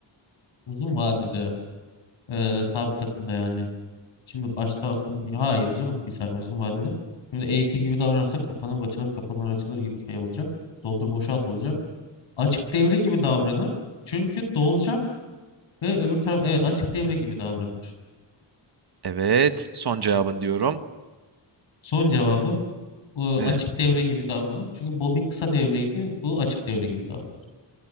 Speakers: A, on the left (about 80°); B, on the right (about 55°).
A: Uzun vadede. Ee, sabit akıllı yani. Şimdi başta akım hayır canım bir saniye uzun vadede. Şimdi AC gibi davranırsa kapanıp açılır kapanır açılır gibi şey olacak. Doldur boşalt olacak. Açık devre gibi davranır. Çünkü dolacak ve öbür taraf evet açık devre gibi davranır.
B: Evet, son cevabın diyorum.
A: Son cevabım e, açık
B: Ee,
A: devre gibi davranır. Çünkü bobin kısa devreydi. Bu açık devre gibi davranır.